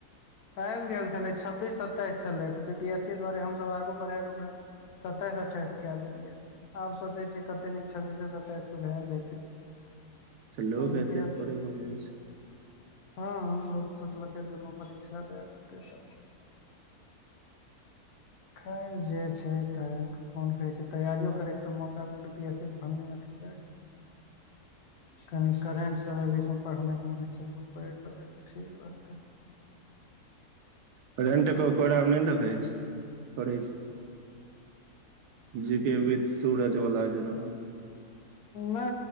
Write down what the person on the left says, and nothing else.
ऐब गेल छलै छब्बीस सत्ताइस छलै तऽ बी पी एस स दुआरे हम सब आगू बढ़े के ओकरा सताएस-अठाएस के देलियै आब सोचे छियै कते नीक छब्बीसे सत्ताइस के भए जेतै
आब बी
पी एस
सी
हां-हां लोक सोचलकै दुनू परीक्षा देए देतै तै खैर जे छय तें कोन कहे छै तैयारियो करे के त मौका बी पी एस सी के भने अथी भै गैल। कनी करेंट सब ऐ बीच में पढ़नाहियौ नै छेलिए पढ़ लेबै तऽ ठीक रहते
नै